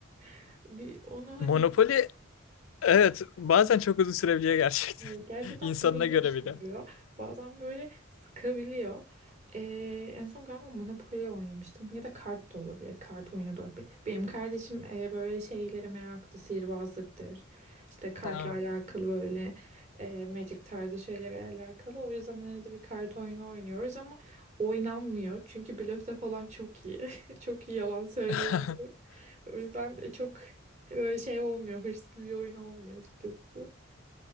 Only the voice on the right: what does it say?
<laughs> Bir onu hani
e, gerçekten
çok uzun
sürüyor.
Bazen böyle sıkabiliyor. Ee, en son galiba Monopoly oynamıştım ya da kart da olabilir. Kart oyunu da olabilir. Benim kardeşim e, böyle şeylere meraklı, sihirbazlıktır. İşte kartla
alakalı böyle e, Magic tarzı şeylere alakalı. O yüzden arada bir kart oyunu oynuyoruz ama oynanmıyor. Çünkü blöfte falan çok iyi. <laughs> Çok iyi yalan söylüyor.
O yüzden çok böyle şey olmuyor, hırslı bir oyun olmuyor açıkçası.